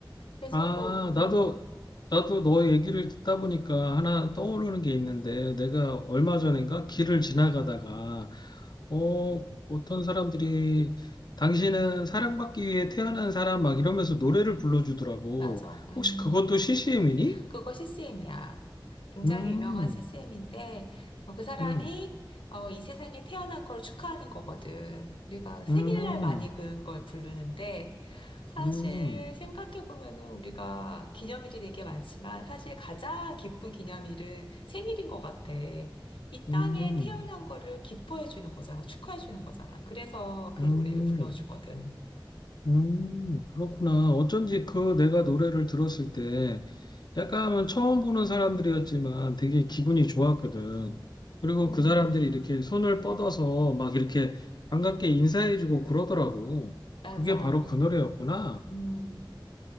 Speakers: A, on the left; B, on the left.
A: 그래서
B: 아,
A: 뭐, 음,
B: 나도, 나도 너 얘기를 듣다 보니까 하나 떠오르는 게 있는데, 내가 얼마 전인가 길을 지나가다가, 어, 어떤 사람들이, 당신은 사랑받기 위해 태어난 사람 막 이러면서 노래를 불러주더라고.
A: 맞아. 음.
B: 혹시 그것도 CCM이니?
A: 그거 CCM이야. 굉장히
B: 음.
A: 유명한 CCM인데, 그 사람이
B: 음,
A: 어, 이 세상에 태어난 걸 축하하는 거거든. 우리가 생일날
B: 음,
A: 많이 그걸 부르는데, 사실
B: 음,
A: 생각해보면은 우리가 기념일이 되게 많지만, 사실 가장 기쁜 기념일은 생일인 것 같아. 이
B: 음,
A: 땅에 태어난 거를 기뻐해주는 거잖아. 축하해주는 거잖아. 그래서 그
B: 음,
A: 노래를 불러주거든.
B: 음, 그렇구나. 어쩐지 그 내가 노래를 들었을 때 약간 은 처음 보는 사람들이었지만 되게 기분이 좋았거든. 그리고
A: 음,
B: 그 사람들이 이렇게 손을 뻗어서 막 이렇게 반갑게 인사해주고 그러더라고.
A: 맞아.
B: 그게 바로 그 노래였구나.
A: 음.